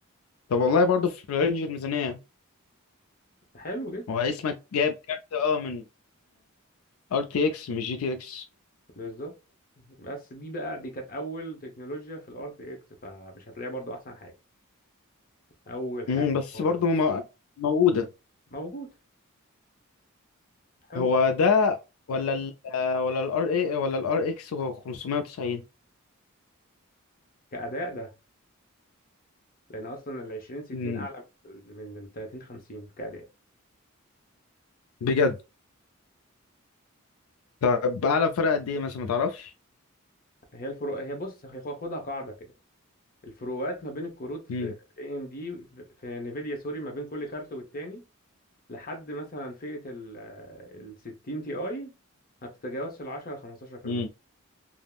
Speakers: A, on the left; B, on the left.
A: طب والله برضه في رينج الميزانيه
B: حلو جدا
A: هو اسمك جايب كارت اه من ار تي اكس مش جي تي اكس
B: بالظبط بس دي بقى دي كانت اول تكنولوجيا في الار تي اكس فمش هتلاقيها برضو احسن حاجة اول حاجة
A: امم بس
B: خالص
A: برضه مو- موجوده
B: موجود حلو
A: هو ده ولا ال آه، ولا الار اي ولا الار اكس هو 590
B: كأداء ده لان اصلا ال 20 60
A: مم.
B: اعلى من ال 30 50 كأداء
A: بجد طب اعلى فرق قد ايه مثلا ما تعرفش
B: هي الفروق هي بص هي خو- خدها قاعده كده الفروقات ما بين الكروت في
A: مم.
B: اي ام دي في نيفيديا سوري ما بين كل كارت والتاني لحد مثلا فئه ال آه، ال 60 تي اي ما بتتجاوزش ال 10 15%
A: مم.